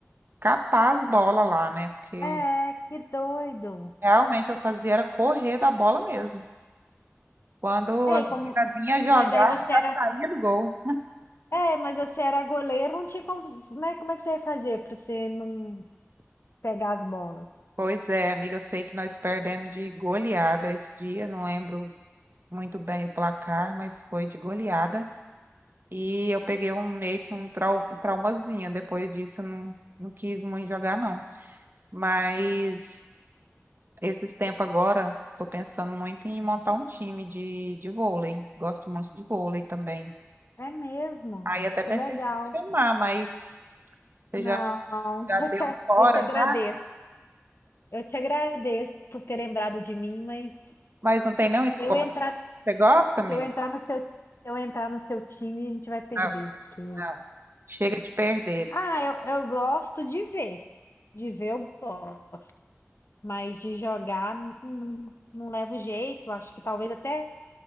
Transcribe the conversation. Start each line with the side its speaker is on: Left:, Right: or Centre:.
Right: capar as bolas lá, né? Porque
Left: É, que doido.
Right: realmente eu fazia era correr da bola mesmo. Quando as
Left: É, e
Right: meninas
Left: como
Right: vinham jogar,
Left: mas aí você
Right: eu já
Left: era,
Right: saía do gol.
Left: é, mas você era goleiro, não tinha como, né? Como é que você ia fazer para você não pegar as bolas?
Right: Pois é, amiga, eu sei que nós perdemos de goleada esse dia, não lembro muito bem o placar, mas foi de goleada. E eu peguei um meio que um trau- traumazinho. Depois disso, eu não, não quis muito jogar, não. Mas. Esses tempos agora, tô pensando muito em montar um time de, de vôlei. Gosto muito de vôlei também.
Left: É mesmo.
Right: Aí até pensei
Left: Que legal.
Right: em te chamar, mas você
Left: Não,
Right: já, já
Left: <laughs> eu
Right: deu
Left: te,
Right: um fora
Left: eu te agradeço.
Right: já?
Left: Eu te agradeço por ter lembrado de mim, mas se
Right: Mas não tem nenhum esporte.
Left: eu entrar
Right: Você gosta, amigo?
Left: Se eu entrar no seu, se eu entrar no seu time, a gente vai perder.
Right: Não,
Left: Porque...
Right: não. Chega de perder.
Left: Ah, eu, eu gosto de ver. De ver eu gosto. Mas de jogar n- não, não levo jeito. Acho que talvez até